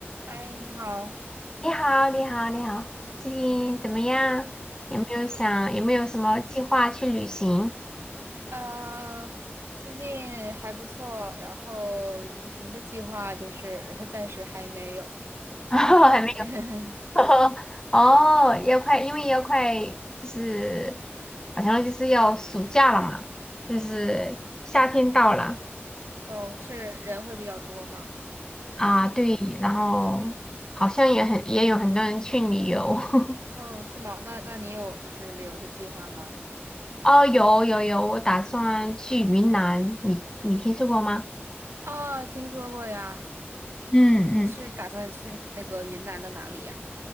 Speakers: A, on the right; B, on the left.
A: 嗨，你好，
B: 你好，你好，你好，最近怎么样？有没有想有没有什么计划去旅行？
A: 呃，最近还不错，然后旅行的计划就是 <laughs> 暂时还没有。
B: <laughs> 哦，还没有。
A: <laughs>
B: <laughs> 哦，要快，因为要快，就是好像就是要暑假了嘛，就是夏天到了
A: 哦，是人会比较多吗？
B: 啊，对，然后好像也很也有很多人去旅游。<laughs>
A: 哦，是吗？那那你有就是旅游的计划吗？
B: 哦，有有有，我打算去云南，你你听说过吗？
A: 啊，听说过呀。
B: 嗯嗯
A: 你是打算去那个云南的哪里呀？